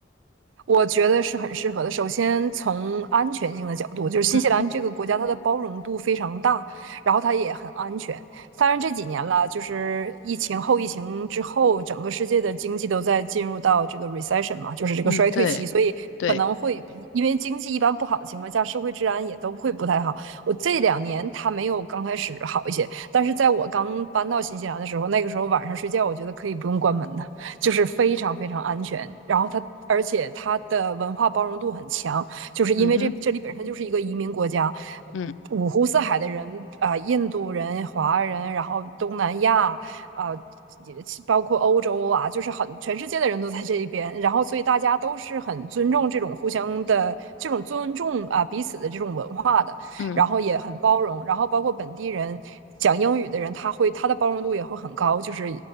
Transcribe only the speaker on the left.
嗯哼
嗯，对，
对，
嗯哼，嗯
嗯